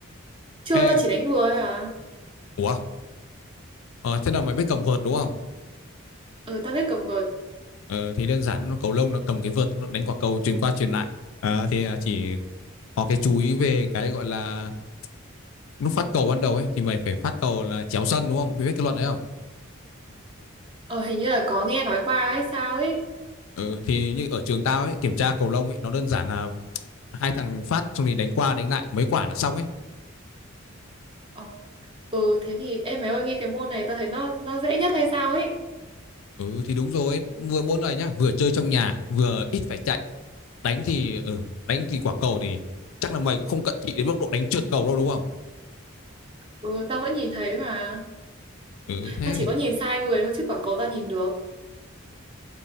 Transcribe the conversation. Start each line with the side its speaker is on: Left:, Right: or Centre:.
Right: chưa
Left: Ê,
Right: tao chỉ đánh vừa thôi à
Left: ủa, ờ, thế là mày biết cầm vợt đúng không?
Right: ừ tao biết cầm vợt
Left: Ờ, thì đơn giản nó cầu lông nó cầm cái vợt nó đánh quả cầu truyền qua truyền lại. À, thì à, chỉ có cái chú ý về cái gọi là lúc phát cầu ban đầu ấy thì mày phải phát cầu là chéo sân đúng không? Mày biết cái luật đấy không?
Right: ờ hình như là có nghe nói qua hay sao ấy
Left: Ừ, thì như ở trường tao ấy kiểm tra cầu lông ấy nó đơn giản là hai thằng phát xong thì đánh qua đánh lại mấy quả là xong ấy.
Right: ờ ừ thế thì em mày ơi nghe cái môn này tao thấy nó nó dễ nhất hay sao ấy
Left: Ừ thì đúng rồi ấy, vừa môn này nhá, vừa chơi trong nhà, vừa ít phải chạy. Đánh thì ừ, đánh thì quả cầu thì chắc là mày cũng không cận thị đến mức độ đánh trượt cầu đâu đúng không?
Right: ừ tao vẫn nhìn thấy mà
Left: Ừ thế.
Right: tao chỉ có nhìn sai người thôi chứ quả cầu tao nhìn được